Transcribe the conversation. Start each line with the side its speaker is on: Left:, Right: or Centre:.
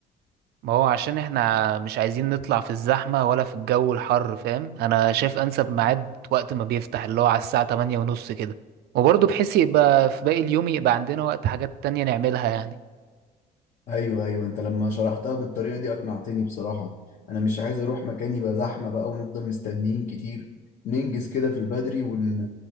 Right: ما هو عشان احنا مش عايزين نطلع في الزحمة ولا في الجو الحر فاهم انا شايف انسب ميعاد وقت ما بيفتح اللي هو على الساعة 8 ونص كده وبرضه بحيث يبقى في باقي اليوم يبقى عندنا وقت حاجات تانية نعملها يعني
Left: ايوه ايوه انت لما شرحتها بالطريقه دي اقنعتني بصراحه انا مش عايز اروح مكان يبقى زحمه بقى ونفضل مستنيين كتير ننجز كده في البدري ون...